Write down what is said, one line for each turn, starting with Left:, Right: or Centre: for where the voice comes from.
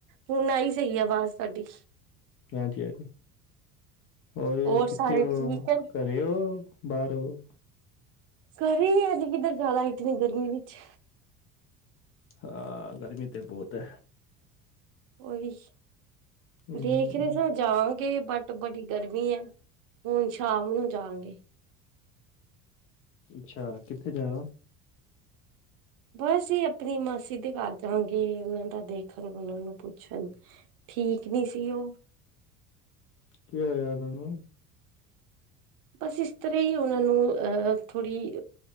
Right: ਹੁਣ ਆਈ ਸਹੀ ਆਵਾਜ਼ ਤਾਡੀ
Left: ਹਾਂਜੀ ਹਾਂਜੀ, ਔਰ
Right: ਹੋਰ
Left: ਕਿੱਥੇ
Right: ਸਾਰੇ
Left: ਹੋ?
Right: ਠੀਕ ਹੈ।
Left: ਘਰ ਹੋ ਬਾਰੋ ੳ
Right: ਕਰ ਹੀ ਆ, ਕਿਦਰ ਜਾਨਾ ਇਤਨੀ ਗਰਮੀ ਵਿੱਚ
Left: ਹਾ, ਗਰਮੀ ਤੇ ਬਹੁਤ ਐ।
Right: ਉਹੀ,
Left: ਹੂੰ,
Right: ਦੇਖ ਰਹੇ ਜਾਵਾਂਗੇ ਬਟ ਬੜੀ ਗਰਮੀ ਹ, ਹੁਣ ਸ਼ਾਮ ਨੂੰ ਜਾਂਗੇ।
Left: ਅੱਛਾ! ਕਿੱਥੇ ਜਾਣਾ?
Right: ਅਸੀਂ ਆਪਣੀ ਮਾਸੀ ਦੇ ਕਰ ਜਾਂਗੀ, ੳਨਾ ਦਾ ਦੇਖਣ, ਪੁੱਛਣ ਠੀਕ ਨਹੀਂ ਸੀ ਉਹ।
Left: ਕੀ ਹੋਇਆ ਉਹਨਾ ਨੂੰ?
Right: ਬਸ ਇਸਤਰਾ ਉਹਨਾਂ ਨੂੰ, ਅ ਥੋੜੀ